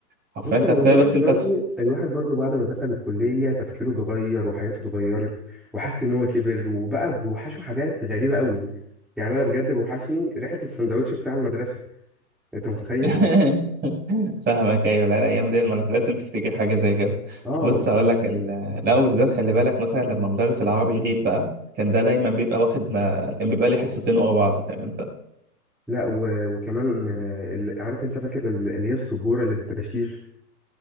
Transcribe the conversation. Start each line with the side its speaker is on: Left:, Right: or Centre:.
Right: حرفيا
Centre: بص
Right: انت
Centre: هو
Right: كفايه
Centre: الواحد
Right: بس انت
Centre: برضه الواحد برضه بعد ما دخل الكلية تفكيره اتغير وحياته اتغيرت وحس ان هو كبر وبقى بيوحشه حاجات غريبة قوي يعني انا بجد بوحشني ريحة السندوتش بتاع المدرسة انت متخيل؟
Right: <laughs> فاهمك ايوه لا الايام دي ما أنا لازم تفتكر حاجه زي كده
Centre: اه
Right: بص هقول لك ال- لا بالذات خلي بالك مثلا لما مدرس العربي يغيب بقى كان ده دايما بيبقى واخد ما كان بيبقى لي حصتين ورا بعض فاهم انت
Centre: لا و... وكمان آه، ال- عارف انت فاكر ال- اللي هي السبوره اللي بالطباشير